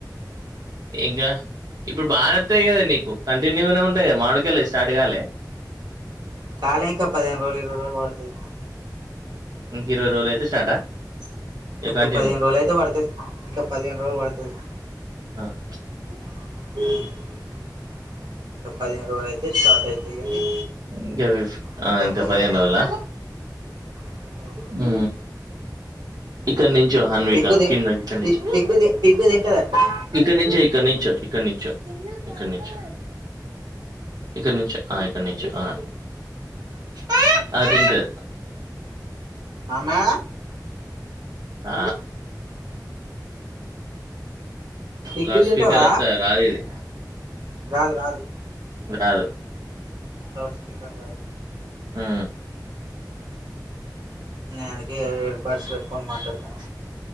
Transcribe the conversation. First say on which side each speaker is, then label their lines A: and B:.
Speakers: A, on the right; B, on the right.
A: ఇంకా ఇప్పుడు బానే అత్తయ్ కదా నీకు కంటిన్యూ మామిడికాయలు స్టార్ట్ కాలే?
B: కాాల ఇంకా పదిహేను రోజలు <unintelligible>
A: ఇంక ఇరవై రోజులు అయితే స్టార్టా ఇగ
B: ఒకా
A: కంటిన్యూ.
B: పదిహేను రోజులు అయితే పడుతుది ఇంకా పదిహేను రోజులు పడుతుది
A: <inaudible>
B: <inaudible> పదిహేను రోజులు అయితే స్టార్ట్ అవుతాయి కానీ
A: ఇంకా
B: అంత అంత ఆ,
A: పదిహేను రోజుల
B: ఇంకా పదిహేను రోజులు.
A: హూ ఇక్కడ నుంచో హన్విక
B: పిగ్గు తి-
A: కింద ఇక్కడ
B: పి-
A: నుంచి
B: పిగ్గు తి- పిగ్గు తింటుంది అట్నా
A: ఇక్కడ నుంచో ఇక్కడ నుంచ ఇక్కడ నుంచ ఇక్కడ నుంచ ఇక్కడ నుంచి ఆయ ఆడ నించో ఆ ఆ ఆడ నించో
B: మామ
A: ఆ
B: పిగ్గు
A: లౌడ్
B: తింటావా
A: స్పీకర్ అంతా రాది ఇది
B: రాదు రాదు
A: <unintelligible>
B: లౌడ్ స్పీకర్
A: హ
B: నేను అందుకే ఇయర్ బడ్స్ పెట్టుకోని మాట్లాడుతానా